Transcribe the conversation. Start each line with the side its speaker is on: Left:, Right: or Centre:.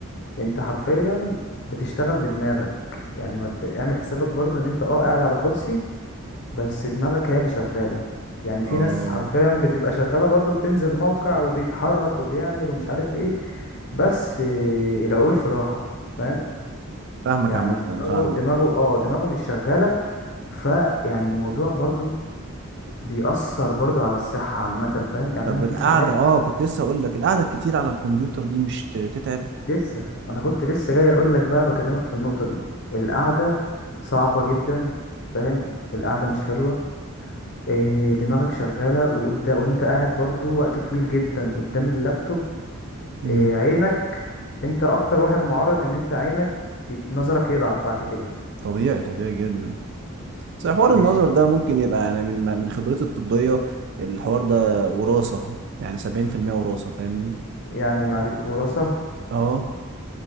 Left: انت حرفيا بتشتغل بدماغك يعني ما ت- اعمل حسابك برضو ان انت اه قاعد على كرسي بس دماغك هي اللي شغالة يعني في
Right: اه
Left: ناس حرفيا بتبقى شغالة برضو بتنزل موقع وبيتحرك وبيعمل ومش عارف ايه بس آه، العقول في راحة فاهم
Right: فاهمك
Left: يعني
Right: عامة
Left: دماغه
Right: فاهمك
Left: دماغه اه دماغه مش شغالة فيعني الموضوع برضو بيأثر برضو على الصحة عامة فاهم يعني
Right: طب
Left: أنا في
Right: القعدة
Left: ساعات
Right: اه كنت لسه أقول لك القعدة الكتير على الكمبيوتر دي مش ت- تتعب
Left: لسه أنا كنت لسه جاي أقول لك بقى بكلمك في النقطة دي القعدة صعبة جدا فاهم القعدة مش حلوة إيه، دماغك شغالة وقدام وانت قاعد برضو وقت طويل جدا قدام اللابتوب
Right: امم
Left: إيه، عينك انت اكتر واحد معرض ان انت عينك يت- نظرك يضعف بعد كده
Right: طبيعي طبيعي جدا بس حوار
Left: مش
Right: النظر ده ممكن يبقى يعني من من خبرتي الطبية الحوار ده وراثة يعني 70% وراثة فاهمني
Left: يعني معلش وراثة
Right: آه،